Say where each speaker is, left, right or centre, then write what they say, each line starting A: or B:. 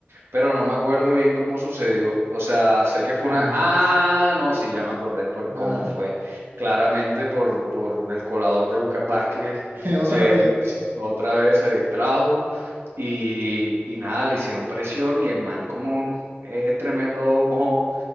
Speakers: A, on the right (about 85°); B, on the right (about 55°).
A: pero no me acuerdo bien cómo sucedió. O sea, sé que fue
B: Ajá,
A: una... Ah, no, sí, ya me acordé por cómo
B: a
A: fue. Claramente por, por el colador de Lucas Vázquez
B: ver, <laughs> otra
A: se
B: vez.
A: dis- <laughs> otra vez se distrajo y, y nada, le hicieron presión y el man como es tremendo mojón,